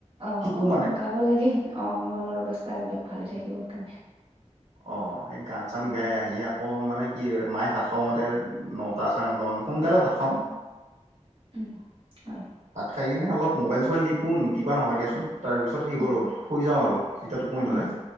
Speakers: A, on the right (about 45°); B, on the right (about 70°).
A: অ
B: শিকো
A: অ
B: মানে
A: গাব লাগিল অ মনৰ অৱস্থা এই বিলাক ভালে থাকিবৰ কাৰণে
B: অ এই গান চান
A: উম,
B: গাই আহি আকৌ মানে কি মায়ে ভাত খাওঁ মাতে নটা চাৰে নট মান সোনকালে ভাত খাওঁ
A: উম হয়
B: চাই কিনেল মবাইল চোাইল দপো নিদিবা নহয়িয়াচোন তাৰ পিছত সেই
A: উম,
B: কৰোঁ শুই যাওঁ আৰু জিতা টোপনি ধৰে
A: উম,